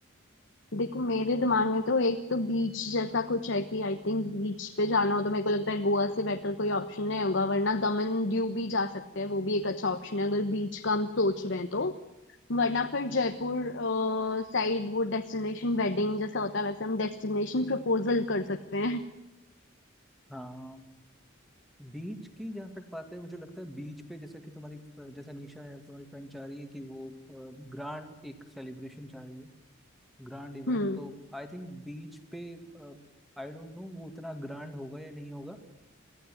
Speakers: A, on the left (about 60°); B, in the centre.
A: देखो मेरे दिमाग में तो एक तो बीच जैसा कुछ है कि आई थिंक बीच पे जाना हो तो मेरे को लगता है गोवा से बेटर कोई ऑप्शन नहीं होगा वरना दमन दीव भी जा सकते हैं वो भी एक अच्छा ऑप्शन है अगर बीच का हम सोच रहे हैं तो वरना फिर जयपुर साइड वो डेस्टिनेशन वेडिंग जैसा होता है वैसे हम डेस्टिनेशन प्रपोजल कर सकते हैं
B: हाँ बीच की जहाँ तक बात है मुझे लगता है बीच पे जैसा कि तुम्हारी जैसा निशा है तुम्हारी फ्रेंड चाह रही है कि वो ग्रांड एक सेलिब्रेशन चाह रही है ग्रांड इवेंट
A: हम्म
B: तो आई थिंक बीच पे आई डोंट नो वो उतना ग्रांड होगा या नहीं होगा